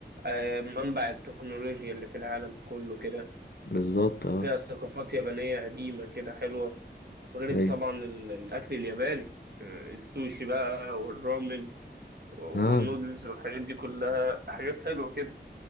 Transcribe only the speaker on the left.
بالظبط اه
ايوه
اه